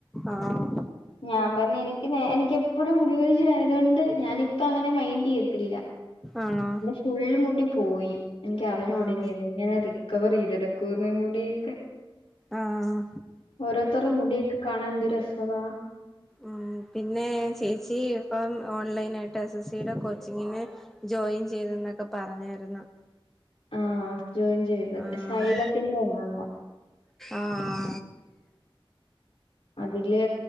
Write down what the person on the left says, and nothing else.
<inaudible> ഞാൻ പറഞ്ഞ് എനിക്ക് എനിക്കപ്പഴും മുടി കൊഴിച്ചിലായതു കൊണ്ട് ഞാനിപ്പ അങ്ങനെ മൈൻഡ് ചെയ്യത്തില്ല.
ഫുള്ള് മുടി പോയി എനിക്ക് അറിഞ്ഞൂടാ
എങ്ങനെ റിക്കവർ ചെയ്തെടുക്കുവെന്ന് മുടിയൊക്കെ?
ഓരോരുത്തരുടെ മുടിയൊക്കെ കാണാൻ എന്ത് രസവാ.
ആഹ് ജോയിൻ ചെയ്ത്.
സൈലത്തിന്റെ എങ്ങാണ്ട്.
അതില്